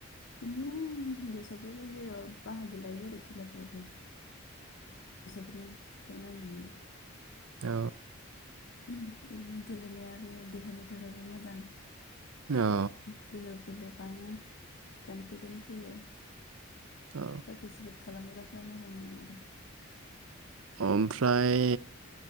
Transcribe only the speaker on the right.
औ।
औ
औ।
अह ओमफ्राय